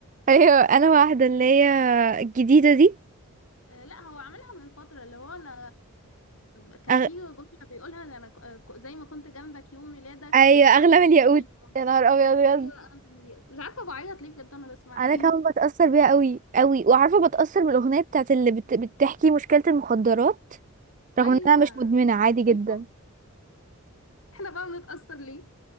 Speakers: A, on the right; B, on the left.
A: ايوه انا واحده اللي هي الجديده دي
B: آه، لا هو عملها من فترة اللي هو انا آه، كان
A: أغ...
B: في جملة بيقولها ده انا ك- آه، ك- زي ما كنت جنبك يوم ميلادك
A: ايوه
B: آه،
A: اغلى
B: عارف تفتكرني
A: من الياقوت
B: يوم.
A: يا نهار ابيض
B: ايوه
A: بجد
B: أنا اليوم. مش عارفة بعيط ليه بجد انا بسمعها
A: انا
B: ايه
A: كمان بتاثر بيها قوي قوي وعارفه بتاثر بالاغنيه بتاعت اللي بت... بتحكي مشكله المخدرات رغم
B: <laughs> ايوه
A: ان انا مش مدمنه عادي جدا
B: أيوة. احنا بقى بنتأثر ليه